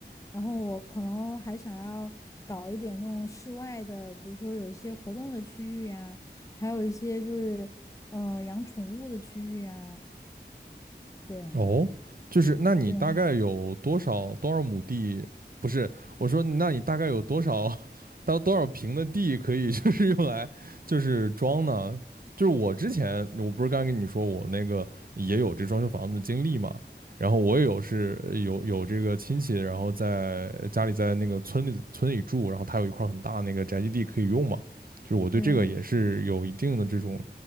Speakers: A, on the left; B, on the right.
A: 然后我可能还想要搞一点那种室外的，比如说有一些活动的区域呀，还有一些就是嗯、呃养宠物的区域啊，对
B: 哦，就是那你大概有多少多少亩地？
A: 对
B: 不是，我说那你大概有多少 <laughs> 到多少平的地可以 <laughs> 就是用来就是装呢？就是我之前我不是刚跟你说我那个也有这装修房子的经历嘛，然后我也有是有有这个亲戚，然后在家里在那个村里村里住，然后他有一块很大那个宅基地可以用嘛，就是我对这个也是有一定的这种
A: 对，